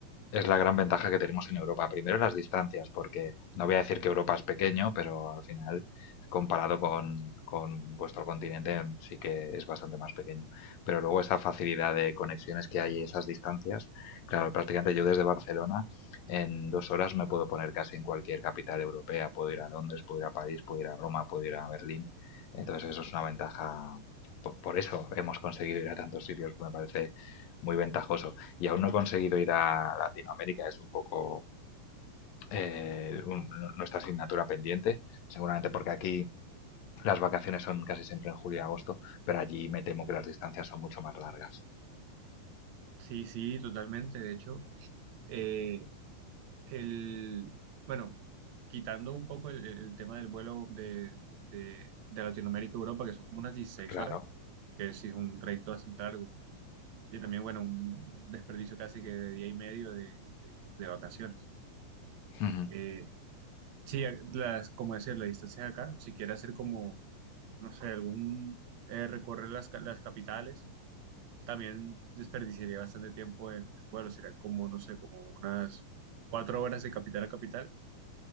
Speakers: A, on the left; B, on the right.
A: es la gran ventaja que tenemos en Europa. Primero, las distancias, porque no voy a decir que Europa es pequeño, pero al final, comparado con, con vuestro continente, sí que es bastante más pequeño. Pero luego esa facilidad de conexiones que hay y esas distancias, claro, prácticamente yo desde Barcelona en dos horas me puedo poner casi en cualquier capital europea. Puedo ir a Londres, puedo ir a París, puedo ir a Roma, puedo ir a Berlín. Entonces eso es una ventaja. Por, por eso hemos conseguido ir a tantos sitios, me parece muy ventajoso y aún no he conseguido ir a Latinoamérica, es un poco eh, un- no, nuestra asignatura pendiente, seguramente porque aquí las vacaciones son casi siempre en julio y agosto, pero allí me temo que las distancias son mucho más largas.
B: Sí, sí, totalmente. De hecho, eh, el, bueno, quitando un poco el, el tema del vuelo de, de, de Latinoamérica a Europa, que son como unas dieciséis
A: Claro,
B: horas, que sí es un trayecto bastante largo, y también, bueno, un desperdicio casi que de día y medio de, de- de vacaciones.
A: ujú,
B: Eh, sí, las, como decía, las distancias acá, si quieres hacer como, no sé, algún, eh, recorrer las, ca- las capitales también desperdiciaría bastante tiempo en, en vuelo, serían como, no sé, como unas cuatro horas de capital a capital,